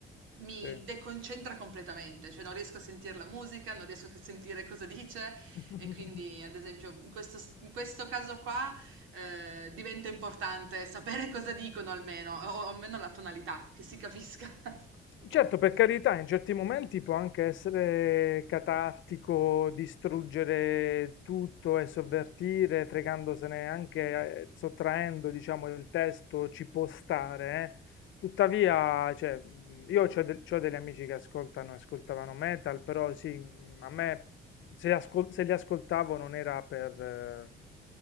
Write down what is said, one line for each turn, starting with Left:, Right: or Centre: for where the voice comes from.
Right: mi
Left: sì.
Right: deconcentra completamente, cioè non riesco a sentire la musica, non riesco a sentire cosa dice
Left: <laughs>
Right: e quindi ad esempio in questo, in questo caso qua eh, diventa importante sapere <laughs> cosa dicono almeno, o almeno la tonalità, che si capisca, <laughs>
Left: Certo, per carità, in certi momenti può anche essere catartico distruggere tutto e sovvertire, fregandosene anche, eh, sottraendo, diciamo, il testo, ci può stare, eh. Tuttavia, cioè, mh, io ho degli amici che ascoltano, ascoltavano metal, però sì, mh, a me se, ascol- se li ascoltavo non era per, eh,